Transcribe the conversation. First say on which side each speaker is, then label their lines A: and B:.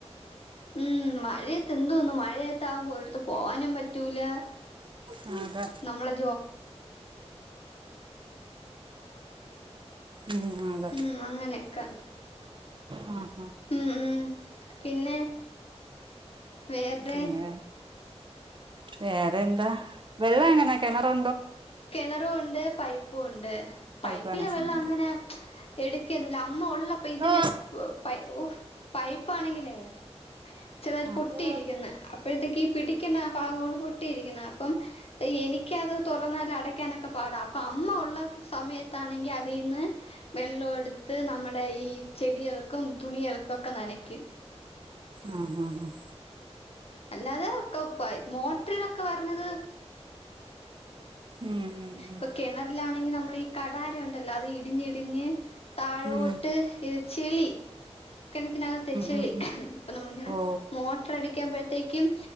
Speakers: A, on the left; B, on the right.
A: ഉം മഴയൊക്കെ എന്തോന്ന് മഴയത്താകുമ്പോ ഒരിടത്ത് പോവാനും പറ്റൂല
B: ആ, അതെ
A: നമ്മള്
B: ഉം, അതെ
A: ഉം അങ്ങനെയക്കെ
B: ആ ആ
A: ഉം ഉം പിന്നെ വേറെ
B: പിന്നെ വേറെ എന്താ വെള്ള എങ്ങനാ കിണറോ
A: കിണറുവൊണ്ട് പൈപ്പുവൊണ്ട്
B: പൈപ്പ്
A: പൈപ്പിലെ
B: കണക്ഷൻ
A: വെള്ളം
B: ഉണ്ട്
A: അങ്ങനെ എടുക്കെന്നുല്ല അമ്മ ഉള്ളപ്പോ ഇതിന്റെ
B: ആ
A: പൈ ഓ പൈപ്പാണെങ്കിലേ ചെതാട്ട്
B: ആ,
A: പൊട്ടിയിരിക്ക്ന്ന്
B: ആ,
A: അപ്പഴത്തേക്ക് ഈ പിടിക്ന്നാ
B: ആ.
A: ഭാഗണ് പൊട്ടിരിക്ന്ന പ്പം എനിക്കത് തോർ അടക്കാനക്ക പാട അപ്പ അമ്മ ഒള്ള സമയത്തണെങ്കി അതിന്ന് വെള്ളോടുത്ത് നമ്മ ടെ ഈ ചെടികൾക്കും തുണികൾക്കും ഒക്കെ നനക്കും
B: ആഹ് ആഹ് അഹ്
A: അല്ലാതെ മോട്ടറിലൊക്കെ വരണത്
B: ഉം.
A: പ്പൊ കെണറിലാണെങ്കി നമ്മൾ ഈ കടാരഒണ്ടല്ലോ അത് ഇടിഞ്ഞിടിഞ്ഞ് താഴോട്ട്
B: ഉം,
A: ഇ <unintelligible> ച്ചിളി കെണറ്റിനകത്തെ ചെളി
B: ഉം, ഉം.
A: പ്പൊ നമ്മളിങ്ങനെ
B: ഓ
A: മോട്ട്ര് അടിക്കമ്പഴത്തേക്കും